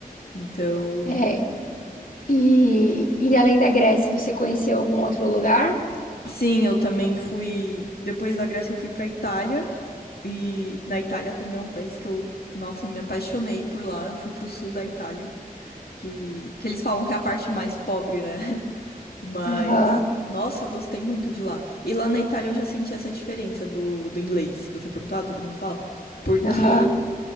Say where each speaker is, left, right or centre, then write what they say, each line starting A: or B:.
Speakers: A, on the left; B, on the left.
A: Então,
B: É, e, e além da Grécia, você conheceu algum outro lugar?
A: Sim, eu também fui. Depois da Grécia, eu fui pra Itália. E na Itália também é um país que eu, nossa, me apaixonei por lá. Eu fui pro sul da Itália, que, que eles falam que é a parte mais pobre, né? <laughs> Mas,
B: Aham,
A: nossa, eu gostei muito de lá. E lá na Itália eu já senti essa diferença do, do inglês, que você perguntou, ah, todo mundo fala. Porque
B: aham.